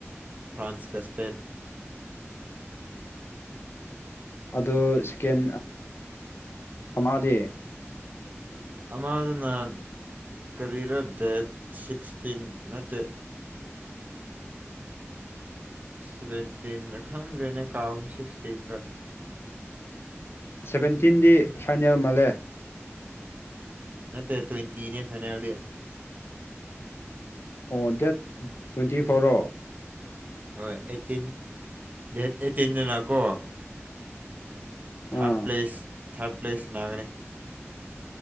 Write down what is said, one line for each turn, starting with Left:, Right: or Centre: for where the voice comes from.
Right: ꯐ꯭ꯔꯥꯟꯁꯀ ꯁ꯭ꯄꯦꯟ
Left: ꯑꯗꯨ ꯁꯤꯀꯦꯟ ꯑꯃꯗꯤ INAUDIBLE
Right: ꯑꯃꯗꯨꯅ ꯀꯔꯤꯔ ꯗꯦꯠ ꯁꯤꯛꯁꯇꯤꯟ ꯅꯠꯇꯦ ꯁꯚꯦꯟꯇꯤꯟꯔ ꯈꯪꯗ꯭ꯔꯦꯅꯦ ꯀꯥꯎꯔꯦ ꯁꯤꯛꯁꯇꯤꯟꯔ
Left: ꯁꯦꯚꯦꯟꯇꯤꯟꯗꯤ ꯐꯥꯏꯅꯦꯜ ꯃꯥꯟꯂꯦ
Right: ꯅꯠꯇꯦ ꯇ꯭ꯋꯦꯟꯇꯤꯅꯦ ꯐꯥꯏꯅꯦꯜꯗꯤ
Left: ꯑꯣ ꯗꯦꯠ ꯇ꯭ꯋꯦꯟꯇꯤ ꯐꯣꫪꯔꯣ
Right: ꯍꯣꯏ ꯑꯦꯠꯇꯤꯟ ꯗꯦꯠ ꯑꯦꯠꯇꯤꯟꯗꯅꯀꯣ ꯊꯥꯔꯠ
Left: ꯑꯥ
Right: ꯄ꯭ꯂꯦꯁ ꯊꯥꯔꯠ ꯄ꯭ꯂꯦꯁ ꯁꯥꯟꯅꯥꯒꯅꯤ